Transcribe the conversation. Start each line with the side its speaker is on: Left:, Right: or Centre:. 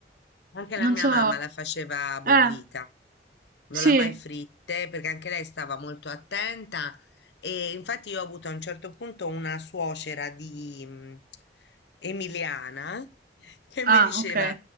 Left: Anche la
Right: non
Left: mia
Right: so.
Left: mamma la faceva bollita,
Right: Eh,
Left: non
Right: sì.
Left: l'ha mai fritte perché anche lei stava molto attenta e infatti io ho avuto a un certo punto una suocera di mm, Emiliana <laughs> che
Right: Ah,
Left: mi diceva
Right: ok.